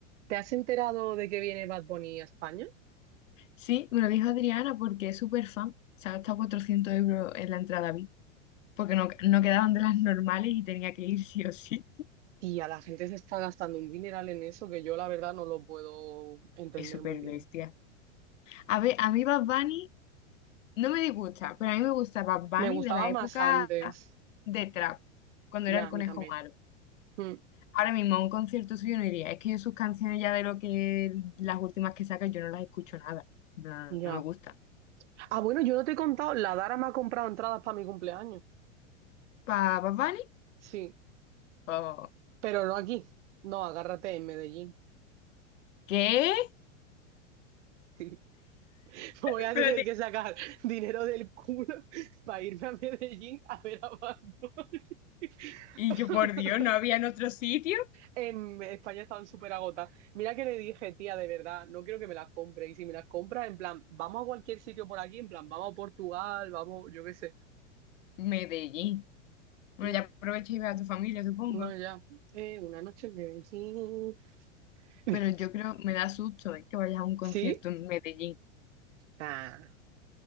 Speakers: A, on the right (about 65°); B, on the left (about 80°).
A: ¿Te has enterado de que viene Bad Bunny a España?
B: Sí, me lo dijo Adriana porque es súper fan. Se ha gastado 400 euros en la entrada VIP porque no, no quedaban de las normales y tenía que ir sí o sí.
A: Tía, la gente se está gastando un dineral en eso que yo la verdad no lo puedo entender
B: Es súper
A: muy bien.
B: bestia. A ver, a mí Bad Bunny no me disgusta, pero a mí me gusta Bad Bunny
A: Me gustaba
B: de la
A: más
B: época
A: antes.
B: de Trap, cuando
A: Ya,
B: era el
A: a
B: conejo
A: mí también.
B: malo.
A: Mm,
B: Ahora mismo a un concierto suyo no iría. Es que yo sus canciones ya de lo que las últimas que saca yo no las escucho nada. En plan,
A: ya.
B: No, me gustan.
A: Ah, bueno, yo no te he contado, la Dara me ha comprado entradas para mi cumpleaños.
B: ¿Para Bad Bunny?
A: Sí,
B: Oh,
A: pero no aquí. No, agárrate en Medellín.
B: ¿Qué?
A: <laughs> Voy a
B: Espérate.
A: tener que sacar dinero del culo <laughs> para irme a Medellín a ver a Bad Bunny.
B: Y
A: <laughs>
B: yo, por Dios, ¿no había en otro sitio?
A: En España estaban súper agotadas. Mira que le dije, tía, de verdad, no quiero que me las compre. Y si me las compras, en plan, vamos a cualquier sitio por aquí, en plan, vamos a Portugal, vamos, yo qué sé.
B: Medellín. Bueno,
A: Mm,
B: ya aprovecha y ve a tu familia, supongo.
A: No, ya. Eh, una noche en Medellín. <laughs>
B: Pero yo creo, me da susto eh, que vayas a un concierto
A: ¿Sí?
B: en Medellín.
A: Ah,